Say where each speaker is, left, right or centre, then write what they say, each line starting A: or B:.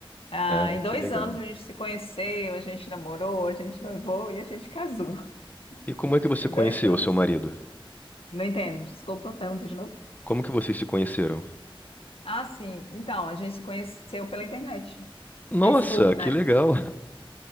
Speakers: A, on the left (about 80°); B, on the left (about 20°).
A: Ah,
B: Ah,
A: em dois
B: que legal.
A: anos a gente se conheceu, a gente namorou, a gente noivou e a gente casou. <laughs>
B: E como é que você
A: Em
B: conheceu
A: dois anos.
B: o seu marido?
A: Não entendo, desculpa, pergunta de novo.
B: Como que vocês se conheceram?
A: Ah, sim. Então, a gente se conheceu pela internet.
B: Nossa,
A: Facebook,
B: que legal.